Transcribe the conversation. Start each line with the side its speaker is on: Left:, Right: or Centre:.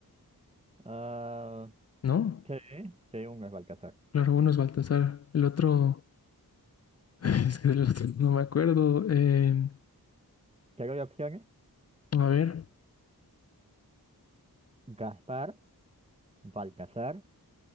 Right: Ah,
Left: ¿no?
Right: sí, sí, uno es Balcazar.
Left: Claro, uno es Baltasar. El otro, <laughs> es que del otro no me acuerdo. Eh,
Right: ¿Qué hay opciones?
Left: a ver,
Right: Gaspar, Balcazar,